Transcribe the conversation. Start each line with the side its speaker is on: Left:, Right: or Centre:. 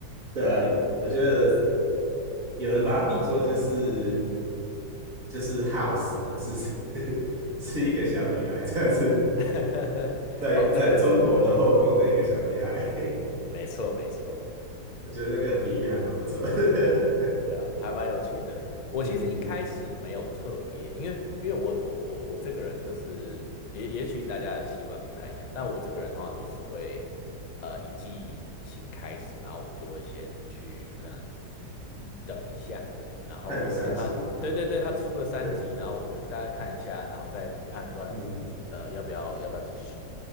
Right: 对啊，我觉得有人把它比作就是就是 House，可是是 <laughs> 是一个小女孩这样子，
Left: <laughs>
Right: 在在中国的后宫的一个小女孩。
Left: 哦，对对对对对，
Right: <laughs>
Left: 没错没错。
Right: 我觉得那个比喻还蛮不错的。
Left: 对啊，还蛮有趣的。我其实一开始没有特别，
Right: <laughs> 嗯，嗯
Left: 因为因为我我我我这个人就是也也许大家的习惯不太一样，但我这个人通常都是会呃一季新开始，然后我就会先去可能嗯等一下，然后可能他对对对他出个三集，
Right: 看个三集嘛，我对对，
Left: 然后我就大概看一下，然后再判断
Right: 嗯
Left: 呃要不要要不要继续。